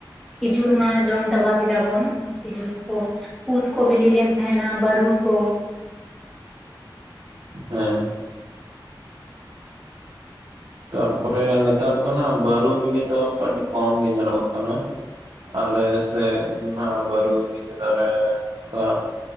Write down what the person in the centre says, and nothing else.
ᱠᱷᱤᱡᱩᱨ ᱢᱟ ᱡᱚᱢ ᱪᱟᱵᱟ ᱠᱮᱫᱟ ᱵᱚᱱ ᱠᱷᱤᱡᱩᱨ ᱠᱚ ᱠᱩᱫ ᱠᱚ ᱵᱤᱞᱤ ᱞᱮᱱ ᱛᱟᱦᱮᱸᱱᱟ ᱵᱟᱹᱨᱩ ᱠᱚ